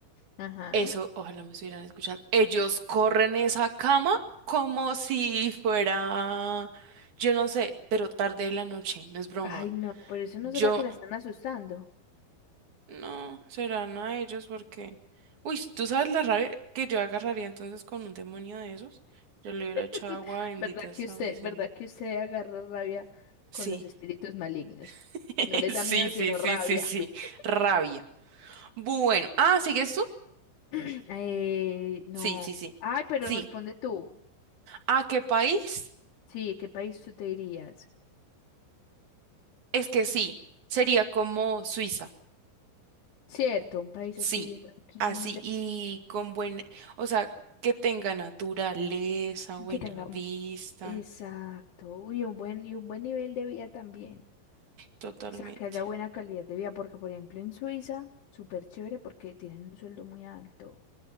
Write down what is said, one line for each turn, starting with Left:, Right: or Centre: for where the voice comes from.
Left: Ajá.
Right: Eso, ojalá me estuvieran escuchando. Ellos corren esa cama como si fuera, yo no sé, pero tarde de la noche, no es broma.
Left: Ay, no, por eso no
Right: Yo,
Left: será que la están asustando.
Right: no, serán a ellos porque... Uy, ¿tú sabes la rabia que yo agarraría entonces con un demonio de esos? Yo le hubiera
Left: <laughs>
Right: echado agua bendita
Left: ¿Verdad
Right: hasta
Left: que usted,
Right: decirme.
Left: verdad que usted agarra rabia
Right: Sí,
Left: con los espíritus malignos?
Right: <laughs>
Left: No les
Right: sí,
Left: da miedo,
Right: sí,
Left: sino
Right: sí,
Left: rabia.
Right: sí, sí,
Left: <laughs>
Right: rabia. Bueno, ah, ¿sigues tú?
Left: Eh, no.
Right: Sí, sí, sí,
Left: Ay, pero
Right: sí.
Left: responde tú.
Right: ¿A qué país?
Left: Sí, ¿qué país tú te irías?
Right: Es que sí, sería como Suiza.
Left: Cierto, un país
Right: Sí,
Left: así bien tranquilo,
Right: así y con buen, o sea, que tenga naturaleza, buena
Left: que tenga,
Right: vista,
Left: un- exacto, y un buen, y un buen nivel de vida también.
Right: totalmente.
Left: O sea, que haya buena calidad de vida, porque por ejemplo en Suiza, súper chévere porque tienen un sueldo muy alto,